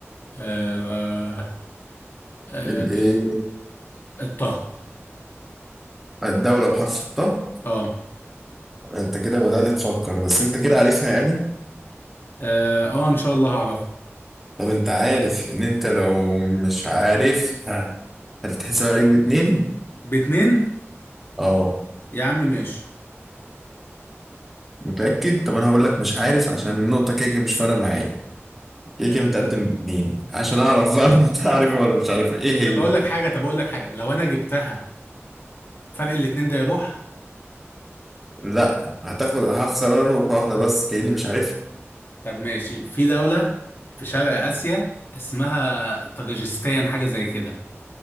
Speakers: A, on the left (about 50°); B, in the centre.
A: آه... آه...
B: الايه
A: الطه
B: الدولة بحرف الطاء
A: اه
B: انت كده بدأت تفكر بس انت كده عارفها يعني
A: اه آه، ان شاء الله هعرفها
B: طب انت عارف ان انت لو مش عارف هتتحسب عليك باتنين
A: باتنين
B: اه
A: يا عم ماشي
B: متأكد طب انا هقول لك مش عارف عشان النقطة كده كده مش فارقة معايا كده
A: يعني
B: كده متقدم باتنين عشان اعرف بقى <laughs> انت عارفها ولا مش عارفها ايه هي
A: طب اقول لك حاجة طب اقول لك حاجة لو انا جبتها فرق الاتنين ده يروح
B: لا هتاخد هخسر انا نقطة واحدة بس كأني مش عارفها
A: طب ماشي في دولة في شرق آسيا اسمها طاجيكستان حاجة زي كده